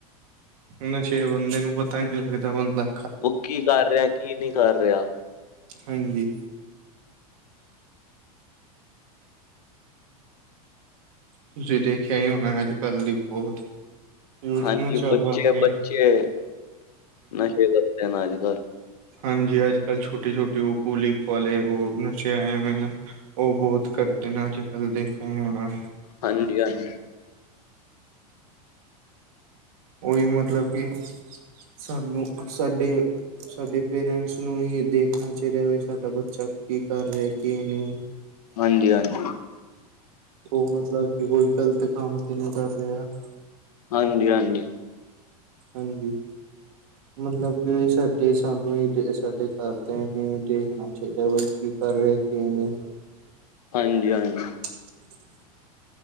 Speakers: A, on the right; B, on the left.
A: ਨਸ਼ੇ ਬੰਦੇ ਨੂੰ ਪਤਾ ਨਹੀਂ ਚੱਲੀ ਦਾ ਹੁੰਦਾ।
B: ਉਹ ਕੀ ਕਰ ਰਿਹਾ ਕੀ ਨਹੀਂ ਕਰ ਰਿਹਾ।
A: ਹਾਂਜੀ ਤੁਸੀਂ ਦੇਖਿਆ ਹੀ ਹੋਣਾ ਅੱਜ ਕੱਲ ਦੀ ਬਹੁਤ ਯੂਥ
B: ਹਾਂਜੀ
A: ਨਸ਼ਾ
B: ਬੱਚੇ
A: ਕਰ ਰਹੀ
B: ਬੱਚੇ
A: ਹੈ।
B: ਨਸ਼ੇ ਕਰਦੇ ਨੇ ਅੱਜ ਕੱਲ।
A: ਹਾਂਜੀ ਅੱਜ ਕੱਲ ਛੋਟੀ ਛੋਟੀ ਉਹ ਕੂਲਿਪ ਵਾਲੇ ਉਹ ਨਸ਼ੇ ਆਏ ਹੋਏ ਹਨ। ਉਹ ਬਹੁਤ ਕਰਦੇ ਨੇ ਅੱਜ ਕੱਲ ਦੇਖਿਆ ਹੋਣਾ।
B: ਹਾਂਜੀ ਹਾਂਜੀ
A: ਉਹੀ ਮਤਲਬ ਕਿ ਸਾਨੂੰ ਸਾਡੇ ਸਾਡੇ ਪੇਰੈਂਟਸ ਨੂੰ ਹੀ ਦੇ ਹੋਣਾ ਚਾਹੀਦਾ ਵੀ ਸਾਡਾ ਬੱਚਾ ਕੀ ਕਰ ਰਿਹਾ ਕੀ ਨਹੀਂ।
B: ਹਾਂਜੀ ਹਾਂਜੀ
A: ਉਹ ਮਤਲਬ ਕਿ ਕੋਈ ਗ਼ਲਤ ਕੰਮ ਤੇ ਨਹੀਂ ਕਰ ਰਿਹਾ।
B: ਹਾਂਜੀ ਹਾਂਜੀ
A: ਹਾਂਜੀ ਮਤਲਬ ਕਿ ਸਾਡੇ ਸਾਨੂੰ ਹੀ ਸਾਡੇ ਘਰਦਿਆਂ ਨੇ ਦੇਖਣਾ ਚਾਹੀਦਾ ਬਲਕਿ ਕੀ ਕਰ ਰਹੇ। ਕਿ ਨਹੀਂ।
B: ਹਾਂਜੀ ਹਾਂਜੀ
A: <inaudible>